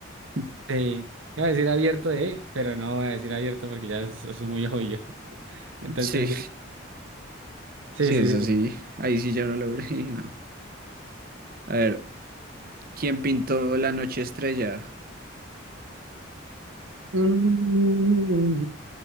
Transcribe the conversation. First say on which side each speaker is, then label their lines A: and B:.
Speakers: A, on the right; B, on the right.
A: <laughs>
B: Sí, iba a decir abierto de, pero no voy a decir abierto porque ya es, es muy obvio. <laughs> Entonces,
A: Sí,
B: sí,
A: sí,
B: sí,
A: eso
B: sí.
A: sí. Ahí sí yo no lo <laughs> vi, no. A ver, ¿quién pintó La Noche Estrella?
B: Mm, <laughs>